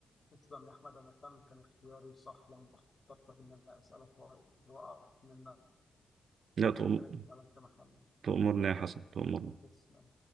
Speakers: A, on the left; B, on the right.
A: تسلم يا أحمد أنا كان كان اختياري صح لما اخترتك إن أنا أسألك وأقف منك
B: لا
A: فكان
B: تؤم-
A: كلامي فعلا سمح لي
B: تؤمرني يا حسن تؤمرني
A: تسلم